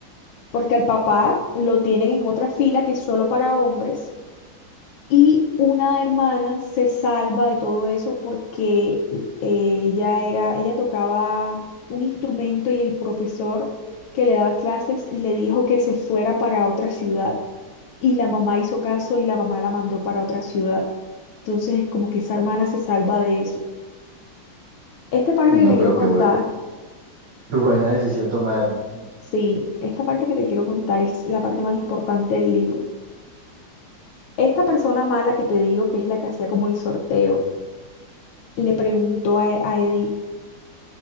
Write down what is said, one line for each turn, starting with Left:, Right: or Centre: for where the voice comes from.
Left: porque al papá lo tienen en otra fila que es solo para hombres y una hermana se salva de todo eso porque eh, ella era, ella tocaba un instrumento y el profesor que le daba clases le dijo que se fuera para otra ciudad y la mamá hizo caso y la mamá la mandó para otra ciudad. Entonces, como que esa hermana se salva de eso. Esta parte
Right: No,
Left: que te quiero
Right: pero
Left: contar,
Right: qué bue- <laughs> qué buena decisión tomaron.
Left: sí, esta parte que te quiero contar es la parte más importante del libro. Esta persona mala que te digo, que es la que hacía como el sorteo, le preguntó a, a Edith